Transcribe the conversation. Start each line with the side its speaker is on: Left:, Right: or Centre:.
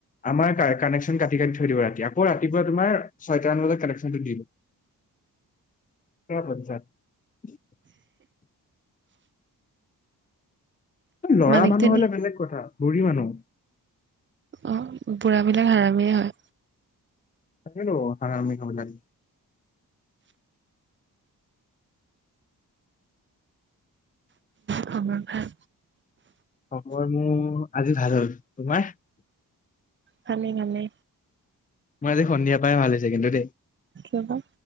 Left: আমাৰ কানেকশচন কাটি কাটি থৈ দিব ৰাতি আকৌ ৰাতিপুৱা তোমাৰ ছয়ট মান বজাত কানেকশ্যনটো দিব।
Right: <inaudible>
Left: <unintelligible> লৰা
Right: মানিক
Left: মানুহ
Right: তেনে
Left: হলে বেলেগ কথা বুঢ়ী মানুহ
Right: অ বুঢ়াবিলাক হৰামিয়ে হয়।
Left: তাকে টো হাৰামি ঘৰ বিলাক।
Right: খবৰ ভাল
Left: খবৰ মোৰ আজি ভাল হ'ল তোমাৰ।
Right: ভালে ভালে।
Left: মোৰ আজি সন্ধিয়া পা ভাল হৈছে কিন্তু দেই।
Right: কিয় বা